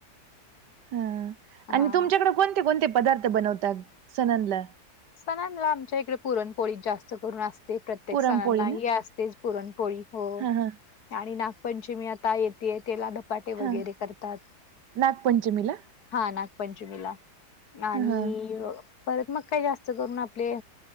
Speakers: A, on the right; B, on the left.
A: हं आणि
B: हां.
A: तुमच्याकड कोणते कोणते पदार्थ बनवतात संणांना
B: संणांना आमच्या इकडे पुरणपोळीत जास्त करून अस ते प्रत्येक
A: पुरणपोळी
B: सणांना
A: ना
B: ही असतेच पुरणपोळी हो
A: हा हा
B: आणि नागपंचमी आता येत ते तेला धपाटे वगैरे
A: हा
B: करतात.
A: नागपंचमीला
B: हा नागपंचमीला आणि
A: हा हा
B: परत मग काय जास् त करुन आपले